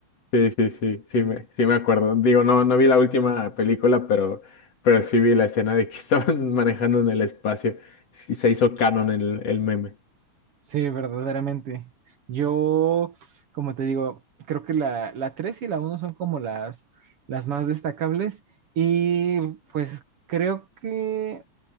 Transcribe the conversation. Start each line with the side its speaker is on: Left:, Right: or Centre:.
Left: Sí, sí, sí, sí me, sí me acuerdo. Digo, no, no vi la última película, pero, pero sí vi la escena de que estaban <laughs> manejando en el espacio. Sí, se hizo canon el, el meme.
Right: Sí, verdaderamente. Yo, como te digo, creo que la, la 3 y la uno son como las, las más destacables y pues creo que...